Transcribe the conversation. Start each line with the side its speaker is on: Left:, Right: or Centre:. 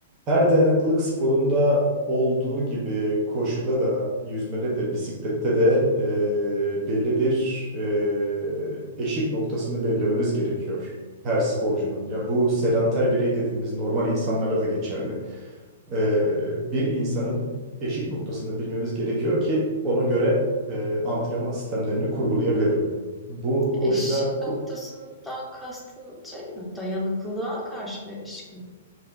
Right: Her dayanıklılık sporunda olduğu gibi koşuda da, yüzmede de, bisiklette de e, belli bir e, eşik noktasını belirlememiz gerekiyor her sporcunun. Ya bu sedanter birey dediğimiz normal insanlara da geçerli. E, bir insanın eşik noktasını bilmemiz gerekiyor ki ona göre e, antrenman sistemlerini kurgulayabilirim. Bu koşuda
Centre: Eşik noktasından kastın şey mi? Dayanıklılığa karşı bir eşik mi?